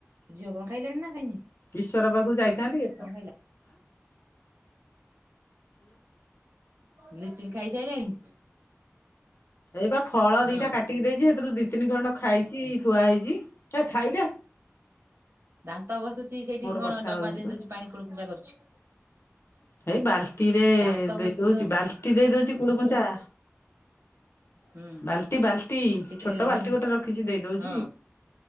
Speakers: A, on the right; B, on the left.
A: ଝିଅ କଣ ଖାଇଲାଣି ନା ଖାଇନି?
B: ଈଶ୍ୱର ପାଖୁ ଯାଇଥାନ୍ତି ଏ ତ
A: କଣ ଖାଇଲା? ଲିଚୁ ଖାଇସାଇଲାଣି?
B: ଏଇ ବା ଫଳ
A: ହଁ
B: ଦିଟା କା ଟିକି ଦେଇଛି ସେଥିରୁ ଦି ତିନି ଖଣ୍ଡ ଖାଇଚି ଥୁଆ ହେଇଚି।
A: ଦାନ୍ତ ଘଷୁଚି ସେଇଠି କଣ
B: କଥା
A: ଡବା
B: ହଉଛି
A: ଦେଇଦଉଚି
B: ବା
A: ପାଣି କୁଳୁକୂଚା କରୁଛି।
B: ଏଇ ବାଲ୍ଟିରେ
A: ଦାନ୍ତ
B: ଦେଇ
A: ଘଷି
B: ଦଉଚି
A: ଦଉ
B: ବାଲ୍ଟି ଦେଇ ଦଉଚି କୁଳୁକୂଚାଁ।
A: ହୁଁ
B: ବାଲ୍ଟି ବାଲ୍ଟି
A: ଟିକେ
B: ଛୋଟ ବାଲ୍ଟି
A: ମାନେ
B: ଗୋଟେ ରଖିଛି ଦେଇଦଉଛି।
A: ହଁ